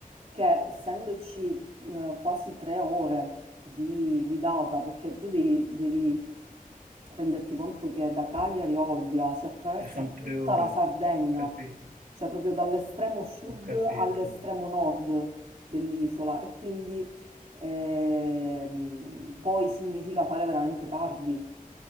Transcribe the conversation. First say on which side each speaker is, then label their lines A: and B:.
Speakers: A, on the right; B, on the right.
A: Che essendoci eh, quasi tre ore di guidata, perché tu devi devi renderti conto che da Cagliari a Olbia si attraversa
B: ci sono tre
A: tutta
B: ore,
A: la Sardegna,
B: ho capito,
A: cioè proprio dall'estremo sud
B: ho capito.
A: all'estremo nord dell'isola e quindi ehm, poi significa fare veramente tardi